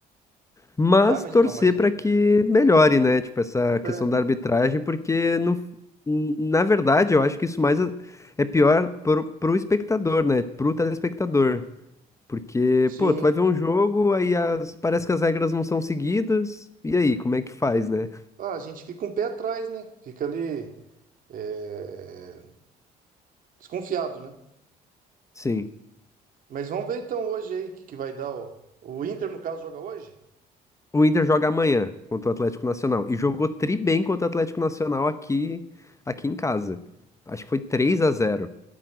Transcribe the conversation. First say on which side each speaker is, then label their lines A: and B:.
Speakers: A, on the left; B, on the right.
A: Mas
B: Ah, mas
A: torcer
B: então, mas.
A: pra que melhore, né? Tipo, essa questão
B: É,
A: da arbitragem, porque no, na verdade eu acho que isso mais é é pior pro, pro espectador, né? Pro telespectador. Porque,
B: sim.
A: pô, tu vai ver um jogo, aí as- parece que as regras não são seguidas, e aí, como é que faz, né?
B: Ah, a gente fica um pé atrás, né? Fica ali. é, desconfiado, né?
A: Sim.
B: Mas vamos ver então hoje aí o que, que vai dar. O, o Inter, no caso, joga hoje?
A: O Inter joga amanhã contra o Atlético Nacional. E jogou tri bem contra o Atlético Nacional aqui, aqui em casa. Acho que foi 3 a zero